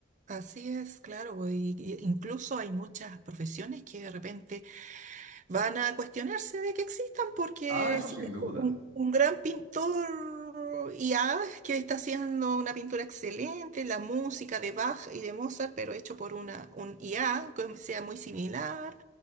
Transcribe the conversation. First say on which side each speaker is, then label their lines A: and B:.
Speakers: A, on the right (about 35°); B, on the right (about 75°).
A: así es, claro, y, y incluso hay muchas profesiones que de repente van a cuestionarse de que existan, porque
B: Ah, eso
A: si
B: sin duda.
A: un, un gran pintor y ah, que está haciendo una pintura excelente, la música de Bach y de Mozart, pero hecho por una, un IA que sea muy similar,